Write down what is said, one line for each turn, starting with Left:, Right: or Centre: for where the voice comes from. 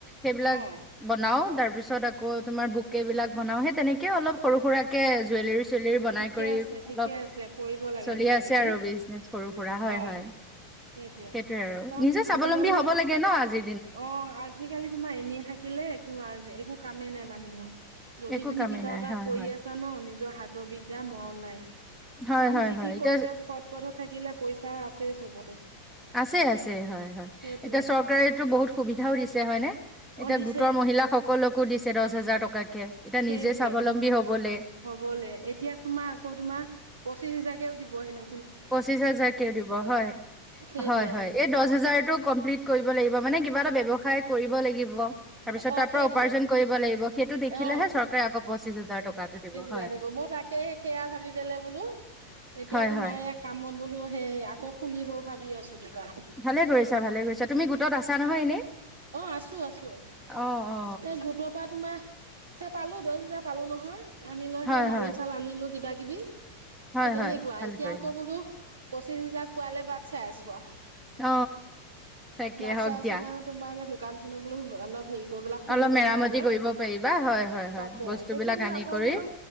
Centre: সেইবিলাক
Right: অ
Centre: বনাও তাৰ পিছত আকৌ তোমাৰ বুকে বিলাক বনাও সেই তেনেকেও অলপ সৰু সুৰাৰাকে জুৱেলৰ চুলিৰ বনাই
Right: ঠিকে
Centre: কৰি
Right: আছে ঠিকে
Centre: অলপ
Right: আছে কৰিব লাগে
Centre: চলি
Right: কিবা
Centre: আছে
Right: কিবি
Centre: আৰু বিজনেচ সৰু সুৰা হয়
Right: অ
Centre: হয় সেইটোয়ে
Right: সেইটোৱে
Centre: আৰু
Right: কাৰণ
Centre: নিজে স্বাৱলম্বী
Right: আজিকালি
Centre: হব লাগে ন আজি
Right: অ আজিকালি তোমাৰ এনেই থাকিলে একো একো কামেই নাই মানুহৰ যদি
Centre: একো
Right: তুমি
Centre: কামেই
Right: কিবা
Centre: নাই
Right: এটা
Centre: হয়
Right: কৰি
Centre: হয়
Right: আছা ন নিজৰ হাতৰ বিদ্যা মৰণ নাই
Centre: হয়
Right: কাৰণ
Centre: হয়
Right: যি
Centre: হয়
Right: কি
Centre: এতিয়া
Right: কৰিলে সৎ পথত থাকিলে পইচা আছেই চবতে
Centre: আছে আছে হয় হয়
Right: সেইটোৱে
Centre: এতিয়া চৰকাৰেটো বহুত সুবিধাও দিছে হয়নে
Right: অ
Centre: এতিয়া
Right: দিছে
Centre: গোটৰ মহিলা সকলকো দিছে দহ হোজাৰ টকাকে এতিয়া
Right: সেইটোৱে
Centre: নিজে স্বাৱলম্বী হবলৈ
Right: হ'বলে এতিয়া তোমাৰ আকৌ তোমাৰ পঁচিশ হোজাৰ কেেও দিব হেন
Centre: পঁচিছ হাজাৰকও দিব হয়
Right: সেইটোৱে
Centre: হয় হয় এই দহ হাজাৰতোক কমপ্লিট কৰিব লাগিব মানে কিবা এটা ব্যৱসায় কৰিব লাগিব ি্ ল সেইটোেে
Right: অ সেইটোৱে
Centre: চৌ
Right: অ
Centre: পি দিব হয়।
Right: জ দিব মই তাকেই সেয়া ভাবি পেললৈ বোলো এতিয়াতো
Centre: হয় হয়
Right: মায়ে কামত বোলো সেই আকৌ খুলিব ভাবি আছো কাৰণ
Centre: ভালে কৰিছা ভালে কৰিছা তুমি গোটত আছা নহয় এনেই
Right: অ আছো আছো
Centre: অ অ
Right: স গোটৰ পৰা তোমাৰ স পালো দহ হজাৰ পালো নহয় আনিলোহে
Centre: হয়
Right: মাল
Centre: হয়
Right: চাল আনিলো কিবা কিবি
Centre: হয়
Right: সেই তেনেকুৱা
Centre: হয় ভাল
Right: এতিয়া
Centre: কৰিলা
Right: আকৌ বোলো পঁচিছ হোজাৰ পোৱালে বাট চাই আছো আৰু
Centre: অ তাকে
Right: বাট
Centre: হ
Right: চাই আছো
Centre: দিয়
Right: মানে তোমাৰ এনে দোকানখননৰ বো অলপ হেৰি গৈ পেলা খুলি
Centre: অলপ
Right: ল'ব
Centre: মেৰামতি
Right: পাৰিলে
Centre: কৰিব পাৰিবা হয় হয় হয়
Right: তাকে
Centre: বস্তুবিলাক
Right: তেতিয়া বোলো
Centre: আনি
Right: আকৌ
Centre: কৰি
Right: বোল